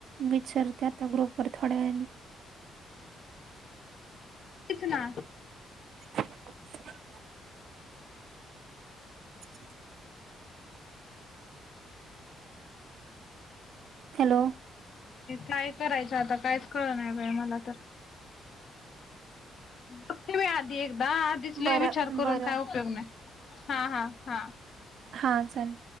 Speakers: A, on the right (about 65°); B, on the left (about 55°).
A: विचारते आता ग्रुप वर थोड्या वेळाने ऽ
B: तेच ना.
A: ह <inaudible> ष <inaudible> हॅलो. !
B: काय करायचं आता कायच कळं नाही बाई मला तर. बघते मी आधी एकदा, आधीच लय
A: बरं
B: विचार करून
A: बरं
B: काय उपयोग नाही, हा हा हा.
A: हा चाल